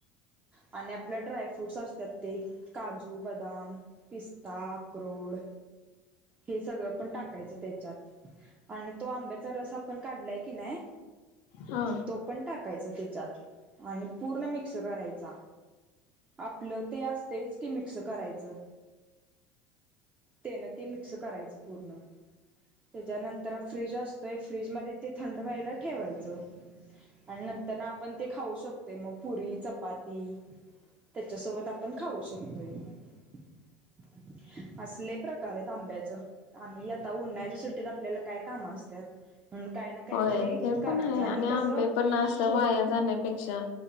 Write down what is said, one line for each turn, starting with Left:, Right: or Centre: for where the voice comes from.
Right: आणि आपल्या ड्राय फ्रूट्स असतात ते, काजू बदाम पिस्ता अक्रोड हे सगळं पण टाकायचं त्याच्यात आणि तो आंब्या रस आपण काढलाय की नाही,
Left: हा
Right: तो पण टाकायचा त्याच्यात आणि पूर्ण मिक्स करायचा आपलं ते अस, च की मिक्स करायचं. तेनं ते मिक्स करायचं पूर्ण. त्याच्यानंतर फ्रीज असतोय फ्रीज मध्ये ते थंड व्हायला ठेवायचं. आणि नंतर ना आपण ते खाऊ शकतोय मग पुरी चपाती, त्याच्यासोबत आपण खाऊ शकतोय. <unintelligible> असले प्रकार आहेत आंब्याचं, आम्ही आता उन्हा्याच्या सुटीत आपल्याला काय काम असतात. म्हणून काही ना काहीतरी
Left: होय ते
Right: करायचं
Left: पण आहे, आणि आंबे
Right: कसं
Left: पण असं
Right: थो
Left: वायार जाण्यापेक्षा,